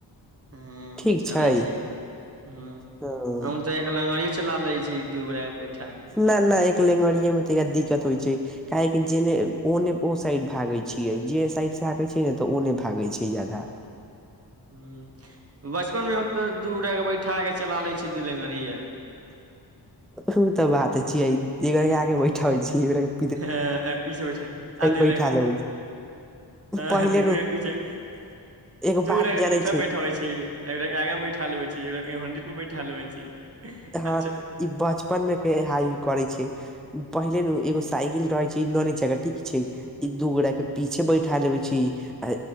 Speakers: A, on the right; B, in the centre.
A: हाँ
B: ठीक
A: चलै
B: छै
A: छी हँ
B: हँ
A: -हम तऽ एक लंगरियो चला ले छी दू गोरा के बैठा के
B: ना ना एक लेंगड़एमे त दिक्कत होइ छै काहेेकि जेने ओने ओ साइड भागे छियै जे साइड से भागे छै ने तऽ ओने भागे छै ज्यादा
A: हूँ बचपनमे हम तऽ दू गोटाके बैठा क चला लै छी दू लंगरिया
B: ओ तऽ बात छियै एक आगे बैठाबै छियै
A: हें आ- पीछे बैठा आगे
B: बैठा
A: ले
B: लेबै
A: हाँ
B: पहिले
A: दुनू
B: नु
A: गोटा पीेछे दू
B: एगो बात
A: गोटा के
B: जानै
A: पीछा बैठाबै छी एक गोटा के आगे बैठा लेबै छी एक गोटाके हेंडिल पर बैठा लेबे छी
B: हँ
A: अच्छा
B: ई बचपनमे के हा करै छै पहिले नु एगो साइकिल रहे छै नन जगह ठीक छै ई दू गोटा के पीछे बैठा लेबे छी आ